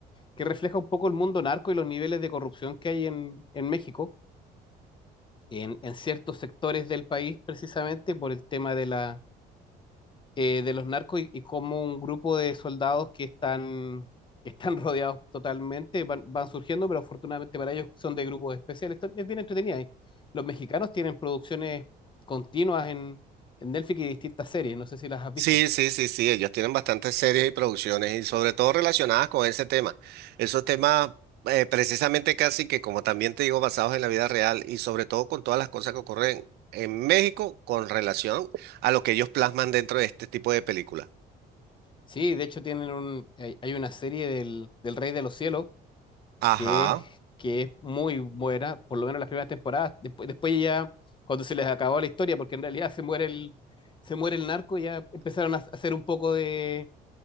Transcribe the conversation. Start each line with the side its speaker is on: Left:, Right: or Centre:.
Left: que refleja un poco el mundo narco y los niveles de corrupción que hay en, en México, en, en ciertos sectores del país, precisamente por el tema de la eh, de los narcos y, y cómo un grupo de soldados que están, que están <laughs> rodeados totalmente van, van surgiendo, pero afortunadamente para ellos son de grupos especiales. Esto es bien entretenida. Y los mexicanos tienen producciones continuas en, en Netflix y distintas series. No sé si las has
Right: Sí,
Left: visto.
Right: sí, sí, sí, ellos tienen bastantes series y producciones y sobre todo relacionadas con ese tema. Esos temas eh, precisamente casi que como también te digo basados en la vida real y sobre todo con todas las cosas que ocurren en México con relación a lo que ellos plasman dentro de este tipo de películas.
Left: Sí, de hecho tienen un, hay, hay una serie del, del Rey de los Cielos
Right: Ajá,
Left: que es, que es muy buena, por lo menos las primeras temporadas. Después, después ya, cuando se les acabó la historia, porque en realidad se muere el, se muere el narco, ya empezaron a hacer un poco de,